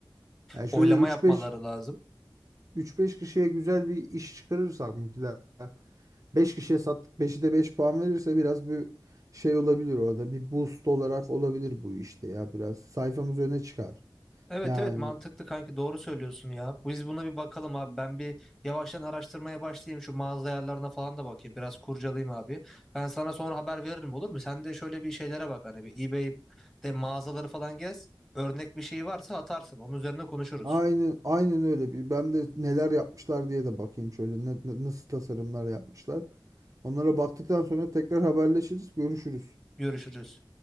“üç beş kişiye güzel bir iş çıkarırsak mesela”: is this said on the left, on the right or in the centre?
Right